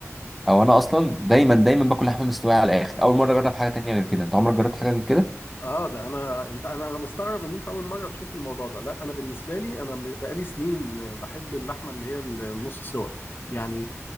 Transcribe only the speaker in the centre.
او انا اصلا دايما دايما باكل لحمه مستويه على الاخر اول مره اجرب حاجه تانية غير كده انت عمرك جربت حاجه غير كده